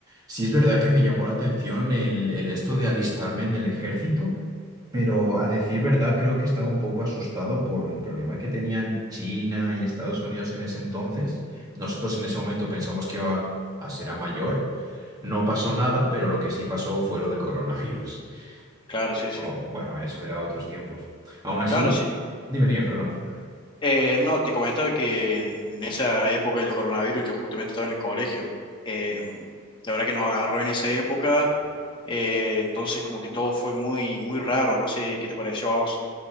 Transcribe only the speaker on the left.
Claro, sí, sí.
Claro, sí.
Eh, no, te comentaba que en esa época del coronavirus yo justamente estaba en el colegio. Eh, la verdad que nos agarró en esa época. eh, entonces como que todo fue muy, muy raro. No sé qué te pareció a vos.